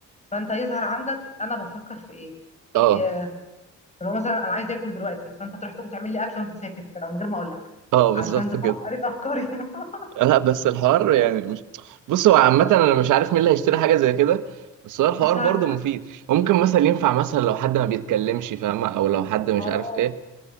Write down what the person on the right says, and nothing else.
اه
اه بالظبط
كده
<laughs> لا بس الحوار يعني مش بص هو عامه انا مش عارف مين اللي هيشتري حاجه زي كده بس هو الحوار
برضه مفيد ممكن مثلا ينفع مثلا لو حد ما بيتكلمش فاهمه او لو حد مش
عارف ايه